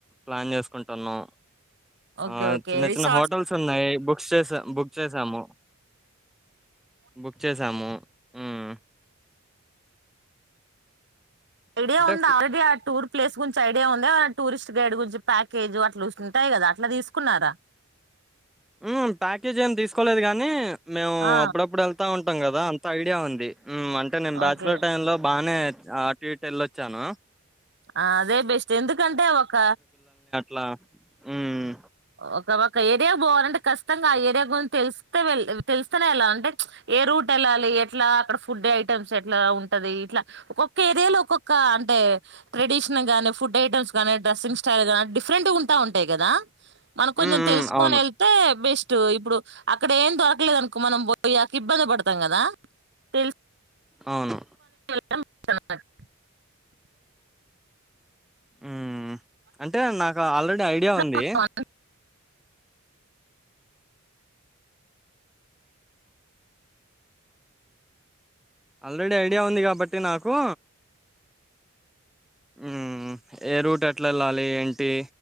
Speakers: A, in the centre; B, on the right.
A: ప్లాన్ చేసుకుంటున్నాము
B: ఓకే
A: ఆ
B: ఓకే
A: చిన్న
B: రిసార్ట్స్
A: చిన్న హోటల్స్ ఉన్నాయి బుక్స్ చేసా బుక్ చేసాము బుక్ చేసాము హుమ్
B: ఈడే
A: అంటే
B: ఉంద
A: ఫు
B: అవల్కియార్ టూర్ ప్లేస్ గురించి ఐడియా ఉందా టూరిస్ట్ గైడ్ గురించి ప్యాకేజు అట్లా ఉంటాయి గదా అట్లా తీసుకున్నార
A: హుమ్ ప్యాకేజ్ ఏమి తీసుకోలేదు గానీ మేము
B: ఆ
A: అప్పుడప్పుడు ఎళ్తా ఉంటాం గదా ఐడియా ఉంది హ్మ్ అంటే నేను బ్యాచులర్
B: ఓకే
A: టైంలో బానే ఆ అటు ఇటు ఎల్లోచ్చాను
B: ఆ అదే బెస్ట్ ఎందుకంటే ఒక
A: లా హ్మ్
B: ఒక ఒక ఏరియా పోవాలంటే ఖచ్తంగా ఆ ఏరియా గురించి తెలిస్తే వె తెలుస్తనే ఎలాల. అంటే ఏ రూట్ వెళ్ళాలి ఎట్లా అక్కడ ఫుడ్ ఐటెమ్స్ ఎట్లా ఉంటది. ఇట్లా ఒక్కొక్క ఏరియా లో ఒక్కొక్క అంటే ట్రెడిషన్ గానీ ఫుడ్ ఐటెమ్స్ గానీ డ్రెస్సింగ్ స్టైల్ గానీ డిఫరెంట్ గా ఉంటా ఉంటాయి కదా. మనం కొంచెం
A: హ్మ్. హ్మ్.
B: తెలుసుకొని
A: అవును.
B: వెళ్తే బెస్ట్ హ్మ్ ఇప్పుడు అక్కడ ఏం దొరకలేదు అనుకో మనం పోయి అక ఇబ్బంది పడతాం గదా తెలుసు
A: అవును
B: <unintelligible>
A: హ్మ్ హ్మ్ అంటే నాకు ఆల్రెడీ ఐడియా ఉంది
B: అన్నట్టు.
A: ఆల్రెడీ ఐడియా ఉంది కాబట్టి నాకు హ్మ్ ఏ రూట్ ఎట్లా వెళ్ళాలి ఏంటి